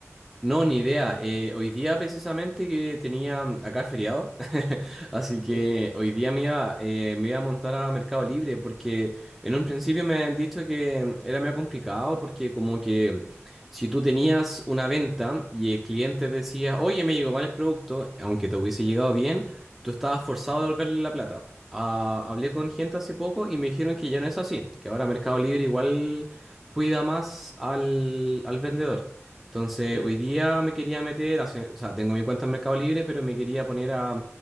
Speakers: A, in the centre; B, on the right.
A: No, ni idea.
B: Eh,
A: Eh, hoy día precisamente que tenía mm, acá feriado, <laughs> así que
B: Sí,
A: hoy día me iba, eh, me iba a montar a Mercado Libre porque en un principio me han dicho que mm, era medio complicado porque como que mm, si tú tenías una venta y el cliente decía, oye, me llegó mal el producto, aunque te hubiese llegado bien, tú estabas forzado a devolverle la plata. Ah, hablé con gente hace poco y me dijeron que ya no es así, que ahora Mercado Libre igual cuida más al al vendedor. Entonces,
B: sí.
A: hoy día me quería meter, hace- o sea, tengo mi cuenta en Mercado Libre, pero me quería poner a, a